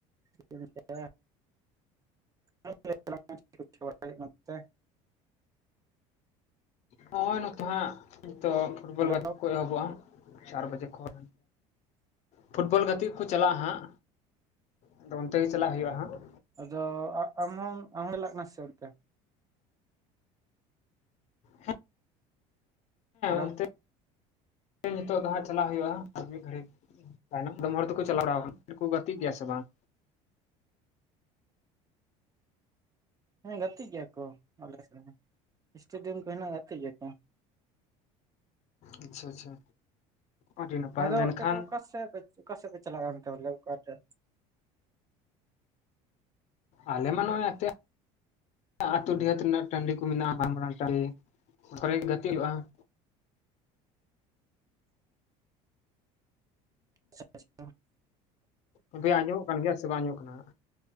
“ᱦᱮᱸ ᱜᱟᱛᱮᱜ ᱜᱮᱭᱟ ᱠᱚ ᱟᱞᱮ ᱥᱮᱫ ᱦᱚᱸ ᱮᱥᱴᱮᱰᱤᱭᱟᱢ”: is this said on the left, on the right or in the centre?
Right